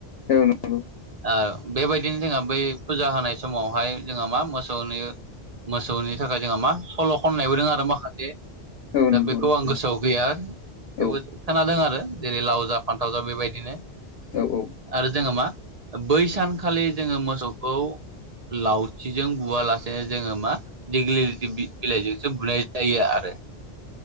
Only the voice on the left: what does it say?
औ नंगौ
औ
नंगौ
औ
औ-औ